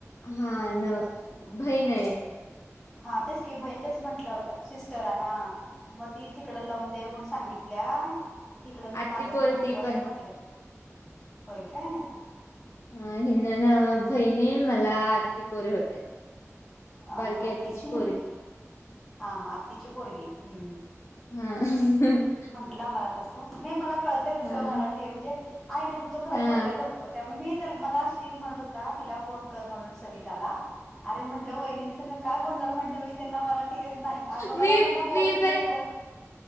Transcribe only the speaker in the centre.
हम्म
हा तेच की बहिण तेच म्हटलं होत सिस्टर आहे हा मग ती तिच तिकड लावून द्या म्हणून सां सांगितल्या इकडं मी
माझं मी
बघतो
असं
म्हंटलत होय काय
हा
हा आत्तीची मुलगी
हा हा आत्तीची पोरगी हम् <unintelligible>
मला तस नाही मला कळतंय तस
मराठी म्हणजे आहे नाही तुमचा फरक
पडलाय भरपूर त्यामुळे मी- मला श्री म्हणत होता तिला फोन कर म्हणून सविताला अरे म्ह <unintelligible> ल वहिनीं संग काय बोलणार म्हटलं मी त्यांना मराठी येत नाही अगं मला
म्हट बोलून
तरी बघ- <unintelligible>